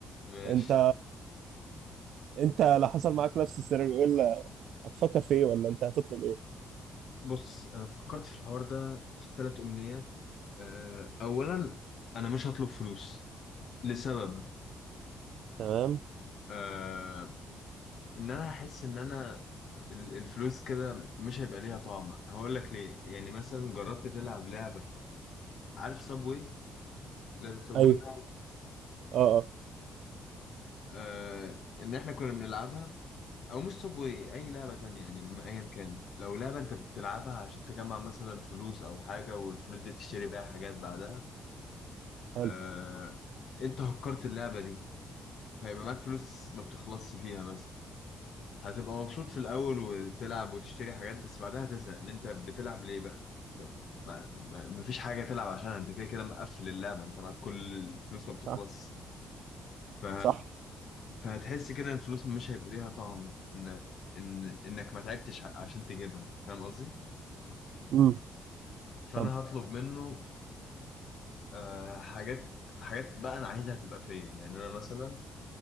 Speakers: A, on the left; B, on the right.
A: ماشي
B: أنت أنت لو حصل معاك نفس السيناريو إيه هتفكر في ايه ولا انت هتطلب ايه
A: بص أنا فكرت في الحوار ده في ثلاث أمنيات أه، أولا أنا مش هطلب فلوس لسبب
B: تمام
A: آه ان انا هحس ان انا ال- الفلوس كده مش هيبقى ليها طعم هقول لك ليه يعني مثلا جربت تلعب لعبة عارف صابوي لعبة صابوي
B: ايوه
A: آه.
B: اه اه
A: آه ان احنا كنا بنلعبها او مش صابوي اي لعبة تانية يعني م- ايا كان لو لعبة انت بتلعبها عشان تجمع مثلا فلوس او حاجة والفلوس دي تشتري بيها حاجات بعدها
B: حلو
A: آه انت هكرت اللعبة دي فيبقى معاك فلوس ما بتخلصش فيها مثلا هتبقى مبسوط في الاول وتلعب وتشتري حاجات بس بعدها تزهق ان انت بتلعب ليه بقى طب ما ما- مفيش حاجه تلعب عشانها انت كده كده مقفل اللعبه انت معاك كل الفلوس ما بتخلص
B: صح
A: ف...
B: صح
A: فهتحس كده ان الفلوس مش هيبقى ليها طعم ان ان انك ما تعبتش ع- عشان تجيبها فاهم قصدي
B: امم
A: فانا
B: طب
A: هطلب منه آه حاجات حاجات بقى انا عايزها تبقى فيا يعني انا مثلا